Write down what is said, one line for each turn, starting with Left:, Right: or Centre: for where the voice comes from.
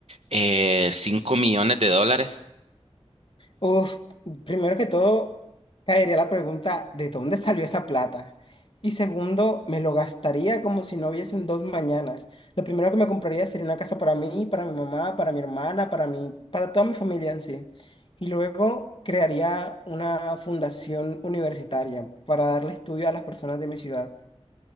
Right: eh, 5 millones de dólares?
Left: Uf, primero que todo, caería la pregunta, ¿de dónde salió esa plata? Y segundo, me lo gastaría como si no hubiesen dos mañanas. Lo primero que me compraría sería una casa para mí, para mi mamá, para mi hermana, para mí, para toda mi familia en sí. Y luego crearía una fundación universitaria para darle estudio a las personas de mi ciudad.